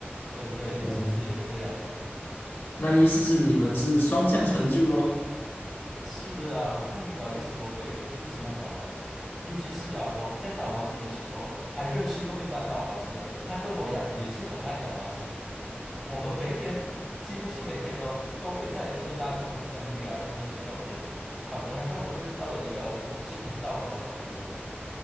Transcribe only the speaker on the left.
哦，
那意思是你们是双向成就咯。